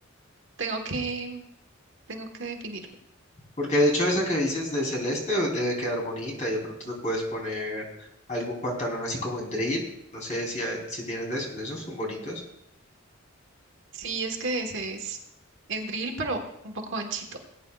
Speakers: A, on the right; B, on the left.
A: tengo que, tengo que definirlo.
B: Porque de hecho esa que dices de celeste eh, debe quedar bonita y de pronto te puedes poner algún pantalón así como en drill. No sé si, a- si tienes de esos. Esos son bonitos.
A: Sí, es que ese es en drill, pero un poco anchito.